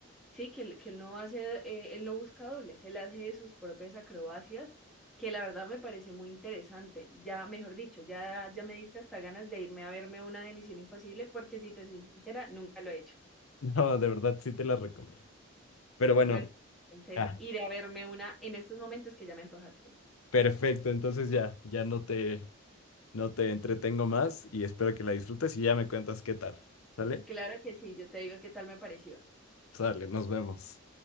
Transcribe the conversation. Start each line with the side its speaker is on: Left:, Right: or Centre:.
Centre: Sí, que él, que él no hace, eh, él no busca dobles, él hace sus propias acrobacias, que la verdad me parece muy interesante. Ya, mejor dicho, ya, ya me diste hasta ganas de irme a verme una de Misión Imposible, porque si te soy sincera, nunca lo he hecho.
Left: No, de verdad sí te las recomiendo. Pero bueno,
Centre: Bueno, entonces
Left: ya,
Centre: iré a verme una en estos momentos que ya me antojaste.
Left: perfecto, entonces ya, ya no te, no te entretengo más y espero que la disfrutes y ya me cuentas qué tal. ¿Sale?
Centre: Claro que sí, yo te digo qué tal me pareció.
Left: Sale, nos vemos.